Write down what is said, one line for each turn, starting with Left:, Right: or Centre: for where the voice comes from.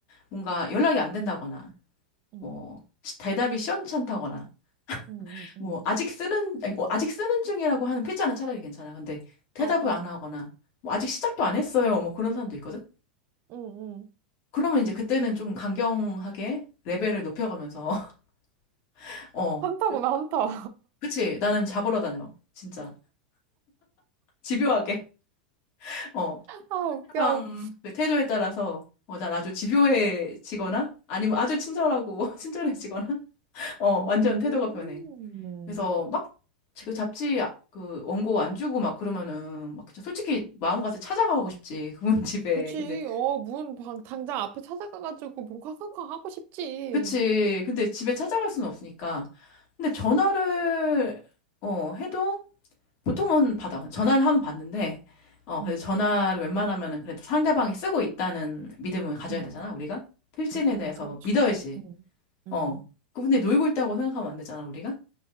Left: 뭔가 연락이 안 된다거나,
Right: 응,
Left: 뭐, 시- 대답이 시원찮다거나,
Right: 응,
Left: 뭐
Right: 응, 응.
Left: 아직 쓰는 아니, 어, 아직 쓰는 중이라고 하는 필자는 차라리 괜찮아. 근데 대답을
Right: 어, 어,
Left: 안 하거나 뭐 아직 시작도 안 했어요. 뭐 그런 사람도 있거든.
Right: 응, 응.
Left: 그러면 이제 그때는 좀 강경하게 레벨을 높여가면서 <laughs> 어
Right: 한타구나,
Left: 좀-
Right: 한타.
Left: 그치 나는 잡으러 다녀 진짜 집요하게 <laughs> 어
Right: <laughs> 아,
Left: 상대방
Right: 웃겨.
Left: 그 태도에 따라서 어, 난 아주 집요해지거나 아니면 아주 친절하고 <laughs> 친절해지거나 어 완전
Right: 음,
Left: 태도가 변해. 그래서 막 지금 잡지 아- 그 원고 안 주고 막 그러면은 막 진짜 솔직히 마음 가서 찾아가고 싶지 그분 <laughs> 집에
Right: 그치
Left: 근데
Right: 어, 문 방, 당장 앞에 찾아가가지고 문 쾅쾅쾅 하고 싶지.
Left: 그치 근데 집에 찾아갈 수는 없으니까 근데 전화를 어 해도 보통은 받아 전화를 하면 받는데 어
Right: 음.
Left: 그래서 전화를 웬만하면은 그래도 상대방이 쓰고 있다는 믿음을 가져야
Right: 음,
Left: 되잖아 우리가 필진에
Right: 음, 음,
Left: 대해서
Right: 그렇지.
Left: 믿어야지
Right: 음, 음,
Left: 어 그분이 놀고 있다고 생각하면 안 되잖아 우리가